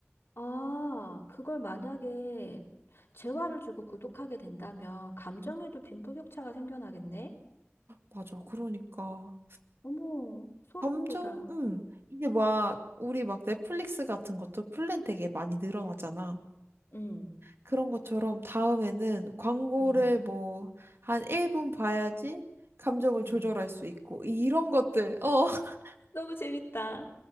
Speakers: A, on the left; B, on the right.
A: 아, 그걸 만약에 재화를 주고 구독하게 된다면 감정에도
B: 음.
A: 빈부격차가 생겨나겠네?
B: 맞아. 그러니까.
A: 어머, 소름
B: 점점,
A: 돋아.
B: 응. 이제 막, 우리 막 넷플릭스 같은 것도 플랜 되게 많이 늘어나잖아.
A: 음.
B: 그런 것처럼 다음에는 광고를
A: 음.
B: 뭐, 한 1분 봐야지 감정을
A: 음.
B: 조절할 수 있고, 이런 것들, 어, <laughs>
A: 너무 재밌다.